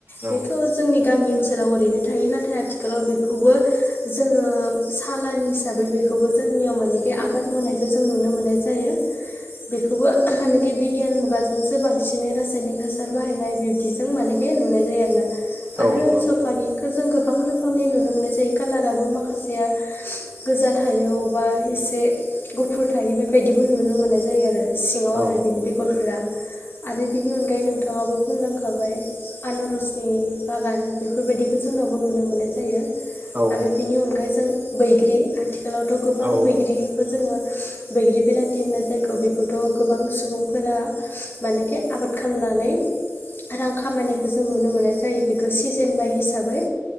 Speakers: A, on the right; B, on the left.
A: औ
B: बेथ' जोंनि गामि ओनसोलाव ओरैनो थायो नाथाय आथिखालाव बेखौबो जोङो सालान हिसाबै बेखौबो जोंनियाव मानेखि आबाद मावनायखौ जों नुनो मोननाय ज जायो बेखौबो मानखि बिगियान मुगाजोंसो बांसिनै रासायनिक हासार बाहायनाय बिबदिजों मानेखे नुनाय जायो आरोना आरो
A: औ नंगौ
B: सफारि जों गोबां रोखोमनि नुनो मोननाय जायो कालाराबो माखासेया गोजा थायो अबबा एसे गुफुर थायो बेबायदिबो नुनो मोननाय जायो आरो। सिङाव आरो
A: औ
B: बिनि बेगरफ आरो बिनि अनगायै नोंथाङाबो बुंलांखाबाय। आनारसनि बागान बेफोरबायदिखौ जोंनावबो नुनो मोननाय जायो।
A: औ
B: आरो बिनि अनगायै जों बैग्रि आथिखालावथ' गोबां
A: औ
B: बैग्रिखौ जोङो बैग्रि बिलाथि होननाय जायग बेखौथ' गोबां सुबुंफोरा मानेखि आबाद खालामनानै रां खामायनायखौ जों नुनो मोननाय जायो बेखौ सिजेन बाय हिसाबै।